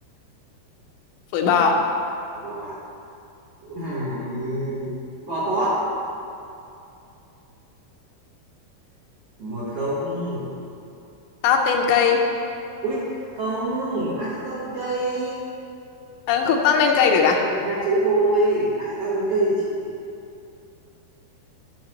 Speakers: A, on the left (about 85°); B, on the right (about 70°).
A: phổi bò
B: gò, um, gò tót, một không,
A: tót lên cây
B: ui không, ai chơi tót lên cây,
A: Ờ, không tót lên cây được à
B: Chỉ hai chữ thôi ai toát lên cây chị này.